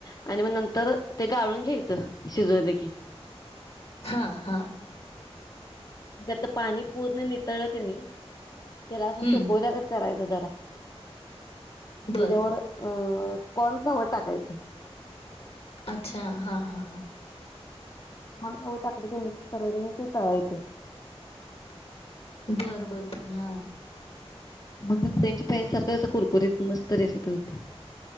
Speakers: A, on the left; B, on the left.
A: आणि मग नंतर ते गाळून घ्यायचं. शिजवले की.
B: हा हा
A: ण त्यातलं पाणी पूर्ण नितळ कणी. त्याला असं
B: हम्म
A: सुकवल्याकच करायचं जरा
B: बर
A: त्याच्यावर अ. कॉन फ्लावर टाकायचं..
B: अच्छा हा हा हा.
A: कॉर्नफ्लॉवर टाकलं की <inaudible> तळहायचं
B: बरं बर बर हा.
A: मग त्यांची पायसारखं असं कुरकुरीत मस्त रेसिपी होती..